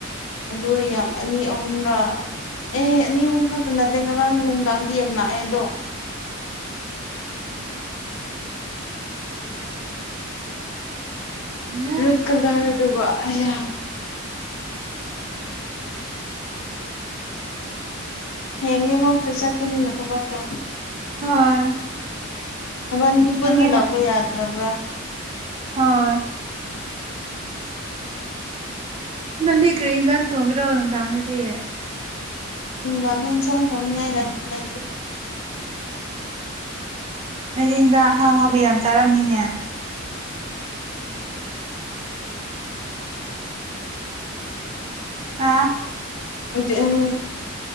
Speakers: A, on the left; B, on the right.
A: ꯑꯗꯨ ꯌꯥꯝ ꯑꯅꯤ ꯑꯍꯨꯝꯔꯥ ꯑꯦ ꯑꯅꯤ ꯑꯍꯨꯝ ꯈꯛꯇ ꯅꯠꯇꯦ ꯉꯔꯥꯡ ꯅꯨꯡꯗꯥꯡꯗꯤ ꯌꯥꯝ ꯂꯥꯛꯑꯦ ꯑꯗꯣ
B: ꯎꯝ
A: ꯔꯦꯠ ꯀꯂꯔꯗꯨꯒꯣ ꯑꯌꯥ ꯍꯦꯡꯅꯤ ꯃꯍꯠꯇ ꯆꯠꯀꯅꯤꯅ ꯊꯕꯛꯇꯣ
B: ꯍꯣꯏ
A: ꯊꯕꯥꯟꯒꯤ ꯄꯨꯟꯅ
B: ꯅꯪꯗꯤ
A: ꯂꯧꯕ ꯌꯥꯗ꯭ꯔꯕ꯭ꯔꯥ
B: ꯍꯣꯏ ꯅꯪꯗꯤ ꯀꯔꯤ ꯏꯟꯖꯥꯡ ꯊꯣꯡꯈ꯭ꯔꯣ ꯅꯨꯡꯗꯥꯡꯗꯗꯤ
A: ꯌꯥꯝꯅꯦ ꯏꯁ ꯐꯃꯤ ꯉ ꯂ ꯂ
B: ꯅꯗꯤ ꯍꯤꯟꯖꯥꯡ ꯑꯥꯎ ꯍꯥꯎꯕ ꯌꯥꯝ ꯆꯥꯔꯝꯅꯤꯅꯦ ꯑꯥ
A: ꯑꯝ